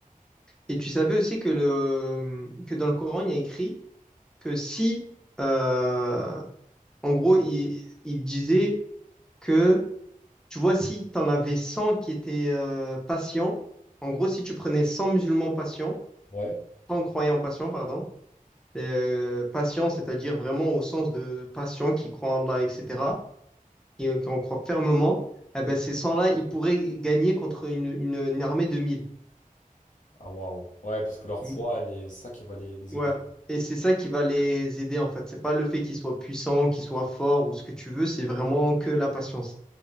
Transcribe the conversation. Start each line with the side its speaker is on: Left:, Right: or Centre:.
Centre: Et tu savais aussi que, le, que dans le Coran, il y a écrit que si, euh, en gros, il, il disait que, tu vois, si tu en avais 100 qui étaient euh, patients, en gros, si tu prenais 100 musulmans patients,
Left: Ouais.
Centre: 100 croyants patients, pardon, euh, patients, c'est-à-dire vraiment au sens de patients qui croient en Allah, etc., qui, qui en croient fermement, eh ben, ces cent là ils pourraient gagner contre une, une, une armée de 1000.
Left: Ah waouh. Ouais, parce que leur
Centre: Mm.
Left: foi, elle est c'est ça qui va les, les
Centre: Ouais.
Left: aider.
Centre: Et c'est ça qui va les aider, en fait. C'est pas le fait qu'ils soient puissants, qu'ils soient forts ou ce que tu veux, c'est vraiment que la patience.